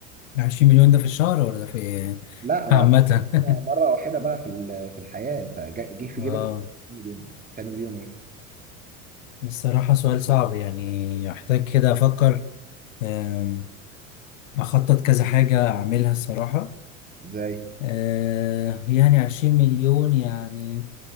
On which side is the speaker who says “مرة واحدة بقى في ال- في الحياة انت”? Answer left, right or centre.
Right